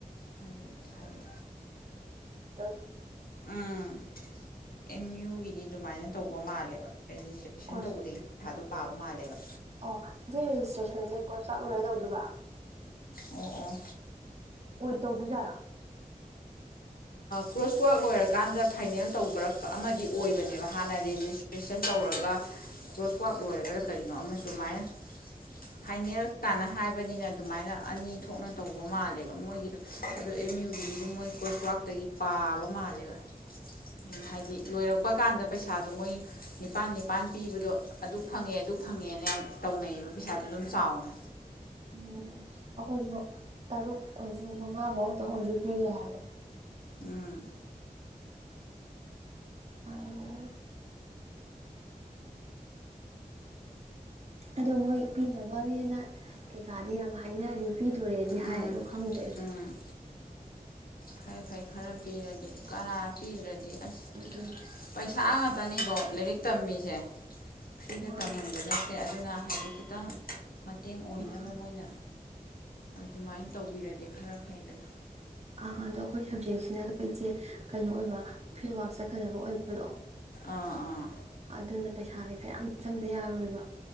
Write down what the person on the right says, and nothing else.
ꯑ
ꯀꯣꯔꯁ
ꯑꯣ ꯁꯤ ꯔꯦꯖꯤꯁꯇ꯭ꯔꯦꯁꯟꯁꯦ ꯀ꯭ꯔꯣꯔꯆ ꯇꯥꯛ ꯂꯣꯏꯔ ꯇꯧꯗꯣꯏꯕ
ꯑꯣꯏ ꯇꯧꯗꯨꯖꯥꯠꯂꯥ
ꯎꯝ ꯑꯩꯈꯣꯏꯁꯨ ꯇꯔꯨꯛ ꯑꯣꯏꯁꯨ ꯃꯉꯥ ꯐꯧꯗꯪ ꯑꯣꯏꯁꯨ ꯄꯤꯕ ꯌꯥꯏ ꯍꯥꯏꯕ
ꯑ ꯑꯗꯣ ꯃꯣꯏ ꯄꯤꯅꯕꯅꯦꯅ ꯀꯩꯀꯥꯗꯤ ꯌꯥꯝ ꯍꯥꯏꯅꯔꯤ ꯄꯤꯗꯣꯔꯦꯗꯤ
ꯍꯥꯏ ꯑꯗꯨ ꯈꯪꯗꯦ
ꯑꯗꯨꯅꯦ
ꯃꯥꯅꯦ
ꯃꯥꯅꯦ
ꯑꯥ ꯑꯗꯣ ꯑꯩꯈꯣꯏ ꯁꯕꯖꯦꯛꯁꯤꯅ ꯏꯆꯦ ꯀꯩꯅꯣ ꯑꯣꯏꯕ ꯐꯤꯜꯋ꯭ꯔꯥꯛ ꯆꯠꯀꯗꯕ ꯑꯣꯏꯕꯗꯣ
ꯑꯗꯨꯅ ꯄꯩꯁꯥꯗꯤ ꯈꯔꯥ ꯌꯥꯝ ꯆꯪꯗ ꯌꯥꯔꯣꯏꯕ